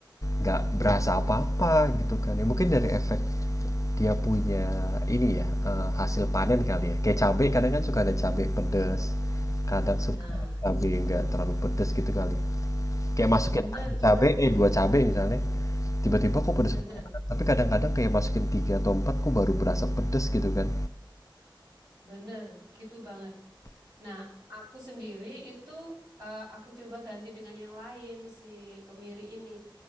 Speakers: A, on the left; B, on the right.
A: nggak berasa apa-apa gitu kan. Ya mungkin dari efek dia punya ini ya eh, hasil panen kali ya. Kayak cabai kadang kan suka ada cabai pedes, kadang
B: Nah,
A: suka cabai nggak terlalu pedes gitu kali. Kayak masukin
B: bener,
A: satu
B: bener,
A: cabai, eh dua cabai misalnya Tiba-tiba kok pedes
B: bener,
A: banget, tapi kadang-kadang kayak masukin 3 atau 4 kok baru berasa pedes gitu kan.
B: bener, gitu banget. Nah, aku sendiri itu eh, aku coba ganti dengan yang lain si kemiri ini.